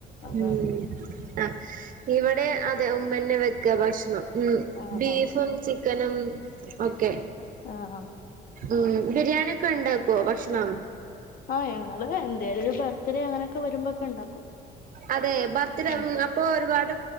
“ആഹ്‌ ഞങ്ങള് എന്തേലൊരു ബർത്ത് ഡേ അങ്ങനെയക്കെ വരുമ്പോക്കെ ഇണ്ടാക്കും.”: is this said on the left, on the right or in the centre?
Left